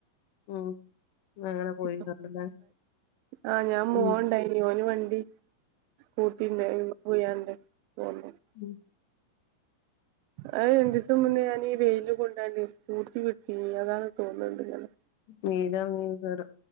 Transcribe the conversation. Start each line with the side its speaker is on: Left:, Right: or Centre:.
Left: ഉം അങ്ങനെ
Right: <unintelligible>
Left: പോയി കണ്ടല്ലേ
Right: ആഹ് ഞാൻ മോൻ
Left: ഉം
Right: ണ്ടായിനി ഓന് വണ്ടി സ്കൂട്ടി ണ്ട് അയ്മ പോയാണ്ട് പൊന്നതാ
Left: ഉം
Right: അഹ് രണ്ടീസം മുന്നേ ഞാനീ വെയില് കൊണ്ടാണ്ട് സ്കൂട്ടി വിട്ടീനി അതാണ് തോന്ന്ണ്ട് ഞാന്
Left: നീരർങ്ങീക്കാരം